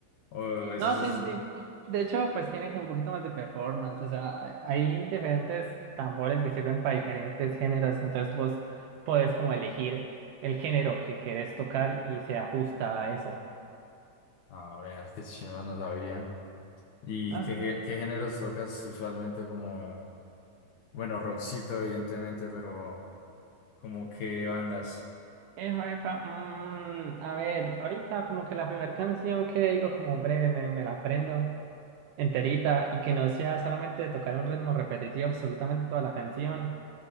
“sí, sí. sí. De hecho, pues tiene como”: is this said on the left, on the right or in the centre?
Right